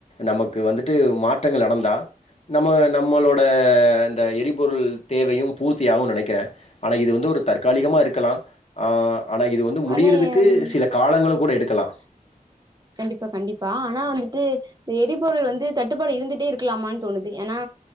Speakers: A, on the left; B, on the right.
A: நமக்கு வந்துட்டு மாற்றங்கள் நடந்தா நம்ம நம்மளோட இந்த எரிபொருள் தேவையு பூர்த்தியாவுனு நனைக்கிற ஆனா இது வந்து ஒரு தக்காளிகமா இருக்கலா ஆ ஆனா இது வந்து முடியறதுக்கு
B: ஆமா ஆனா
A: சில காலங்களும் கூட எடுக்கலா
B: கண்டிப்பா கண்டிப்பா ஆனா வந்துட்டு எரிபொருள் வந்து தட்டுப்பாடு இருந்துட்டே இருக்கலாமான்னு தோணுது ஏனா